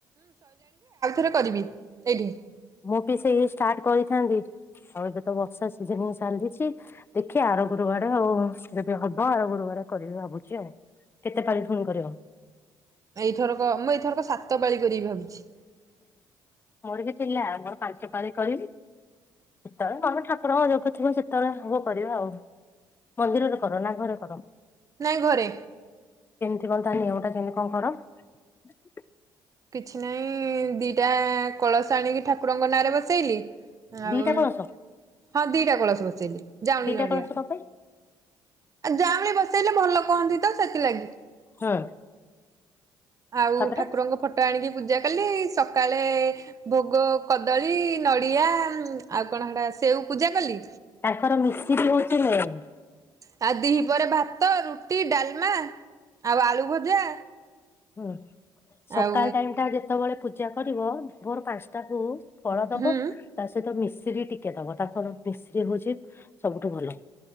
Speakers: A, on the right; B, on the left.
A: ରେ କରିବି। ଏଇଠି।
B: ମୁଁ ବି ସେ ଷ୍ଟାର୍ଟ କରିଥାନ୍ତି ଆଉ ଏବେ ତ ବର୍ଷା ସିଜନ ହି ଚାଲିଛି ଦେଖିବା ଆର ଗୁରୁବାର ଆଉ। ହବ ଆର ଗୁରୁବାର କରିବି ଭାବୁଛି ଆଉ କେତେ ପାଣି ଫୁଲ୍ କରିବ?
A: ଏଇଥରକ ମୁଁ ଏଇଥରକ ସାତ ପାଳି କରିବି ଭାବୁଛି
B: ମୋରିକ ଥିଲା ମୋର ପାଞ୍ଚ ପାଳି କରିବି ସେତେବେଳେ ତମେ ଠାକୁରଙ୍କ ଯୋଗ ଥିବ ସେତେବେଳେ ହବ କରିବା ଆଉ। ମନ୍ଦିରରେ କର ନା ଘରେ କର?
A: ନାଇଁ ଘରେ।
B: <unintelligible>
A: କିଛି ନାହିଁ ଦିଟା କଳସ ଆଣିକି ଠା ଠାକୁରଙ୍କ ନାଁରେ ବସେଇଲି ଆଉ
B: ଦିଟା କଳସ
A: ହଁ ଦିଟା କଳସ ବସେଇଲି। ଯାଉଁଳି
B: ଦିଇଟା
A: ନଡିଆ।
B: କଳସ କଣ ପାଇଁ?
A: ଆଉ ଯାହା ବି ବସେଇଲେ ଭଲ । କହନ୍ତି ତ ସେଥିଲାଗି
B: ହୁଁ
A: ଆଉ
B: ତାପରେ
A: ଠାକୁରଙ୍କ ଫଟୋ ଆଣିକି ପୂଜା କଲି ସକାଳେ ଭୋଗ, କଦଳୀ, ନଡିଆ ଆଉ କଣ ହେଟା ସେଉ ପୂଜା କଲି?
B: ତାଙ୍କର ମିସ୍ତ୍ରୀ ହଉଛି ମୁଁ।
A: ତା ଦିହି ପରେ ଭାତ, ରୁଟି, ଡାଲମା ଆଉ ଆଳୁ ଭଜା
B: ହୁଁ ସକାଳ
A: ଆଉ
B: ଟାଇମ ଟା ଯେତେବେଳେ ପୂଜା କରିବ ଭୋର ପାଞ୍ଚଟାକୁ ଫଳ ଦବ
A: ହୁଁ
B: ତା ସହିତ ମିଶ ମିଶ୍ରୀ ଟିକେ ଦବ ତା କ ମିଶ୍ରୀ ହଉଛି ସବୁଠୁ ଭଲ